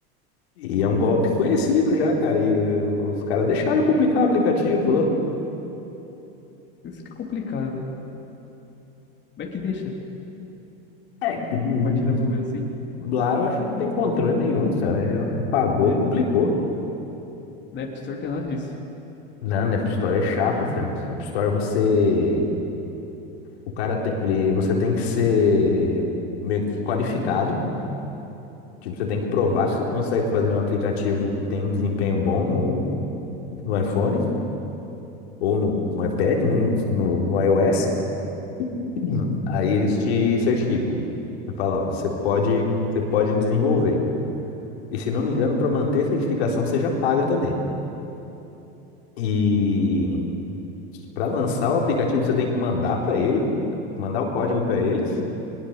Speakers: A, on the left; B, on the left.
A: e é um golpe conhecido já, cara. E os caras deixaram publicar o aplicativo lá.
B: Isso que é complicado, né? Como é que deixa
A: É que hum,
B: compartilhar o bagulho assim?
A: lá eu acho que não tem controle nenhum, cara. É, Pagou,
B: Né?
A: publicou.
B: Na App Store tem nada disso.
A: Não, na App Store é chato, cara. Na App Store você. O cara tem. Ele, você tem que ser meio que qualificado. Tipo, você tem que provar que você consegue fazer um aplicativo que tem um desempenho bom no, no iPhone. ou no, no iPad, né? No, no iOS. Uhum. Aí eles te certificam. Você fala, ó, você pode, você pode desenvolver. E se não me engano, para manter a certificação, você já paga também. E para lançar o aplicativo, você tem que mandar para ele, mandar o código para eles.